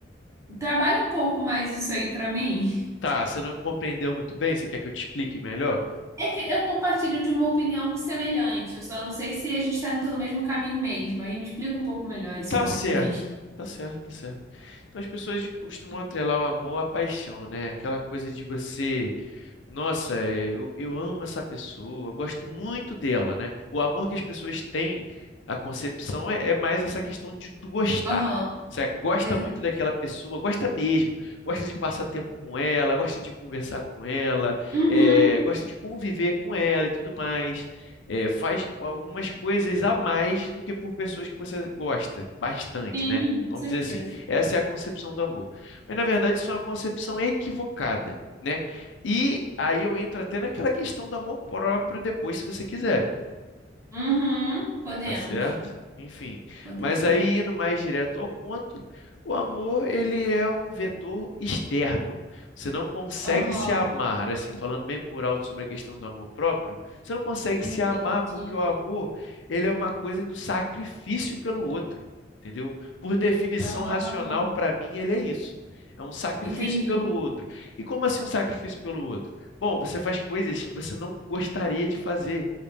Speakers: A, on the right (about 15°); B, on the left (about 80°).
A: Trabalhe um pouco mais isso aí para mim.
B: Tá, você não compreendeu muito bem? Você quer que eu te explique melhor?
A: É que eu compartilho de uma opinião semelhante, eu só não sei se a gente está indo pelo mesmo caminho mesmo. Aí me explica um pouco melhor esse
B: Tá
A: seu ponto
B: certo,
A: de vista.
B: tá certo, tá certo. Então as pessoas costumam atrelar o amor à paixão, né? Aquela coisa de você. Nossa, é, eu, eu amo essa pessoa, eu gosto muito dela, né? O amor que as pessoas têm, a concepção é, é mais essa questão de, do gostar.
A: Aham,
B: Você gosta
A: verdade.
B: muito daquela pessoa, gosta mesmo, gosta de passar tempo com ela, gosta de conversar com ela,
A: Uhum,
B: é, gosta de conviver com ela e tudo mais. É, faz algumas coisas a mais do que por pessoas que você gosta bastante,
A: sim,
B: né? Vamos
A: com certeza.
B: dizer assim, essa é a concepção do amor. Mas na verdade, isso é uma concepção equivocada né? E aí eu entro até naquela questão do amor próprio depois, se você quiser.
A: Uhum, podemos,
B: Tá certo? Enfim,
A: podemos.
B: mas aí indo mais direto ao ponto, o amor ele é um vetor externo. Você não consegue
A: Aham,
B: se amar, assim, falando bem por alto sobre a questão do amor próprio, você não consegue
A: entendi.
B: se amar porque o amor ele é uma coisa do sacrifício pelo outro, entendeu? Por definição
A: Ah,
B: racional, para mim, ele é isso. É um sacrifício
A: entendi.
B: pelo outro. E como assim um sacrifício pelo outro? Bom, você faz coisas que você não gostaria de fazer.